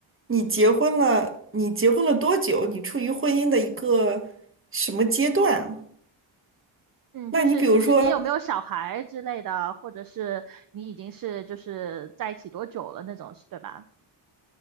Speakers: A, on the right; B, on the right.
A: 你结婚了，你结婚了多久？你处于婚姻的一个什么阶段啊
B: 嗯，
A: 那你比如说，
B: 就是就是你有没有小孩之类的，或者是你已经是就是在一起多久了那种，对吧？